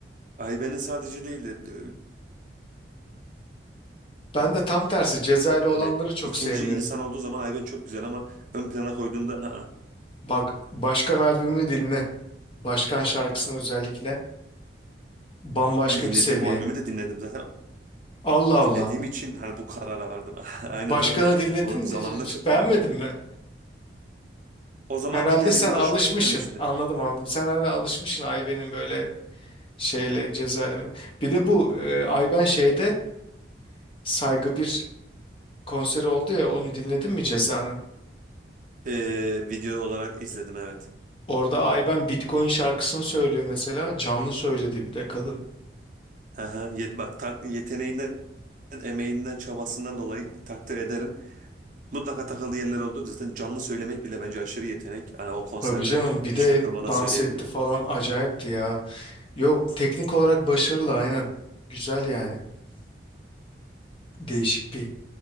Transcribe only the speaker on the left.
Ben de tam tersi Cezayirli olanları
çok
sevmiyorum.
Bak başkan albümünü dinle. Başkan şarkısını özellikle. Bambaşka
bir seviye.
Allah Allah.
Başkanı
dinledin
beğenmedin
mi?
Herhalde
sen
alışmışsın.
Anladım anladım. Sen herhalde alışmışsın Ayben'in böyle şeyle cezaevine. Bir de bu e, Ayben şeyde Saygı bir konseri oldu ya onu dinledin mi Ceza'nın?
Orada Ayben Bitcoin şarkısını söylüyor mesela. Canlı söyledi bir de kadın.
Tabii canım bir
de
dans
etti falan acayipti ya. Yok teknik olarak başarılı aynen. Güzel yani. Değişik bir.